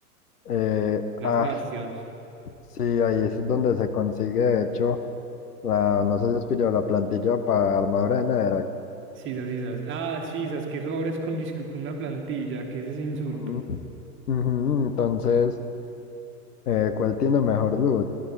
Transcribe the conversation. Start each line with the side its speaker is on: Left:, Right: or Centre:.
Left: eh,
Right: Las
Left: ah,
Right: Bastions.
Left: sí, ahí es donde se consigue, de hecho, la, no sé si es pillado la plantilla para armadura de Netherite.
Right: Sisas, sisas. Ah, sisas. que eso ahora es con, disque- con una plantilla. ¿Qué es ese insulto?
Left: Ujú. Ujú, Entonces, Eh, ¿cuál tiene mejor loot?